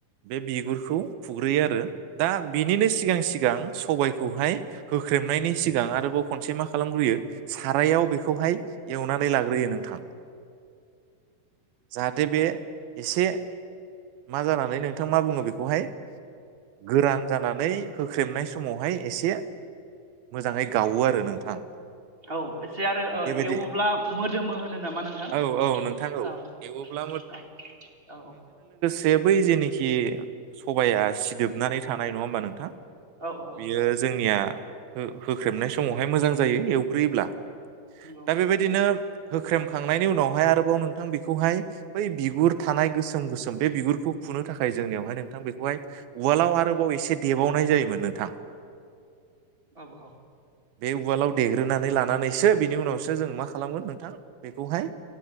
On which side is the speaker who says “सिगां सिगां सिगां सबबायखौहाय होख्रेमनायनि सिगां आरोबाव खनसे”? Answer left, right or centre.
Right